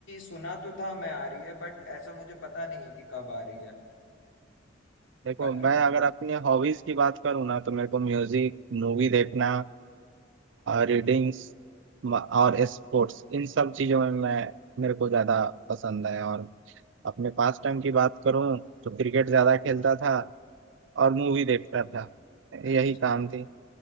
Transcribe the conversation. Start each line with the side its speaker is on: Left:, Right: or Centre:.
Left: सुना तो था मैं आ रही है बट ऐसा मुझे पता नहीं है कि कब आ रही है
Right: देखो
Left: बाकी
Right: मैं अगर अपने हॉबीज की बात करूँ ना तो मेरे को म्यूजिक मूवी देखना रीडिंग्स और स्पोर्ट्स इन सब चीजों में मैं मेरे को ज्यादा पसंद है और अपने पास टाइम की बात करूँ तो क्रिकेट ज्यादा खेलता था और मूवी देखता था यही
Left: अच्छा
Right: काम थी